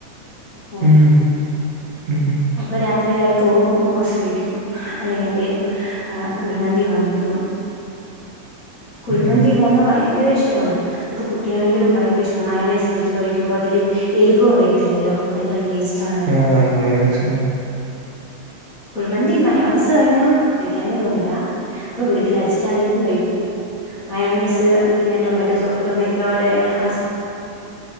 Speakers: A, on the left (about 40°); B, on the right (about 65°).
A: അങ്ങനെ
B: ഉം ഉം
A: അപ്പൊ രാത്രിയായ പോവും മൊമോസ് കഴിക്കും. അല്ലെങ്കിലെന്തേലും ആഹ് കുഴിമന്തി വാങ്ങിക്കും കുഴിമന്തി
B: ഉം
A: പറഞ്ഞാ ഭയങ്കരെ ഇഷ് ഇഷ്ട്ടമാണ് ഇപ്പൊ കുട്ട്യാണെങ്കിലും ഭയങ്കര ഇഷ്ട്ടമാണ് മയോണൈസ് ഒഴിച്ച് കഴിക്കുമ്പോൾ അതില് എരിവ് അറിയത്തില്ലല്ലോ നല്ല ടേസ്റ്റാണ്
B: ആഹ് മയോണൈസ്
A: കുഴിമന്തി മയോണൈസ് കഴിഞ്ഞാ കഴിക്കാനേതോന്നില്ല അപ്പ വീട്ടിൽ അടിച്ചിട്ടാണെങ്കിലും കഴിക്കും മയോണീസ് പിന്നെ ടൊമാറ്റോസോ ടൊമാറ്റോയുടെ ഹ